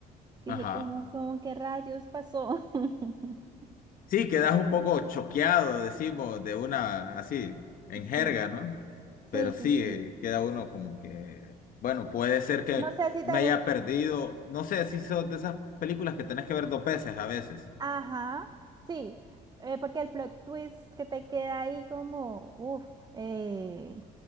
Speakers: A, on the right (about 25°); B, on the left (about 55°).
A: que
B: Ajá.
A: dice, como, como, ¿qué rayos pasó? <laughs>
B: Sí, quedas un poco choqueado, decimos, de una así, en jerga,
A: Sí.
B: ¿no?
A: Sí,
B: Pero sí,
A: sí, sí.
B: eh, queda uno como que, bueno, puede ser que
A: No sé si
B: me
A: te
B: haya
A: gusta.
B: perdido. No sé si son de esas películas que tenés que ver dos veces a veces.
A: Ajá, sí, eh, porque el plot twist que te queda ahí como, uff, eh,